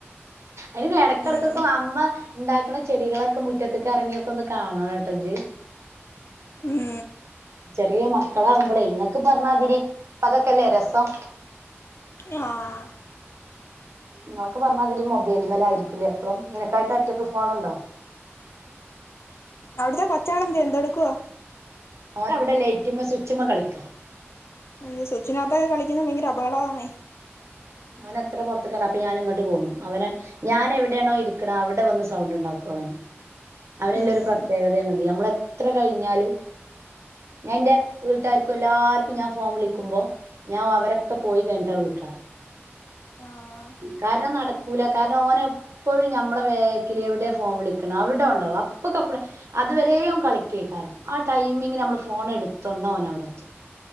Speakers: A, on the right; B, on the left.
A: അയിന് എടക്കെടക്കൊക്കെ
B: ഉം
A: അമ്മ ഉണ്ടാക്കണ ചെടികളൊക്കെ മുറ്റത്തക്ക് ഇറങ്ങിയൊക്കെ ഒന്ന് കാണണം ട്ടോജ്
B: മ്മ്
A: ചെറിയ മക്കളാവുമ്പളെ ങ്ങക്ക് പറഞ്ഞാതിരി പ്പ അതൊക്കല്ലേ രസം
B: ആഹ്
A: ങ്ങൾക്ക് പറഞ്ഞാതിരി മൊബൈൽമലായിരിക്കൂലേ എപ്പളും നിനക്കായിട്ട് ഒറ്റക്ക് ഫോണുണ്ടോ
B: അവിട്ത്തെ കൊച്ചാളെന്ത്യേ എന്തെടുക്കുവാ
A: ഓനവടെ ലേറ്റ്മ്മെ സ്വിച്ച്മ്മെ കളിക്ക
B: ഏ സ്വിച്ച്നാത്തൊക്കെ കളിക്ക്ണെ ഭയങ്കര അബ ബടാന്നെ
A: അവനെത്ര പൊർത്ത് വെര്ണ് അപ്പൊ ഞാന് ങ്ങോട്ട് പോന്നു അവന് ഞാൻ എവിടെണോ ഇരിക്കണത് അവടെ വന്ന് സൗണ്ട് ണ്ടാക്കും അവൻ അവന്
B: ഉം
A: ല്ല ഒരു പ്രത്യേകതയെണത് നമ്മളെ ത്ര എത്ര കഴിഞ്ഞാലും ഞാൻ എന്റെ വീട്ടുകാർക്കും എല്ലാർക്കും ഞാൻ ഫോം വിളിക്കുമ്പോ ഞാൻ അവരൊക്കെ പോയി കഴിഞ്ഞിട്ടാ വിളിക്കാറ്
B: ആഹ്
A: കാരണം നടക്കൂല കാരണം ഓന് എപ്പോഴും ഞമ്മള വേക്കിൽ എവിടെയ ഫോൺ വിളിക്കണ് അവിടെ ഉണ്ടാവും അപ്പൊക്കെപ്പളെ അതവ രെയും കളിക്കേ കാരം ആ ടൈമിംഗ നമ്മള് ഫോൺ എടുത്തന്ന ഓന അവിടെത്തും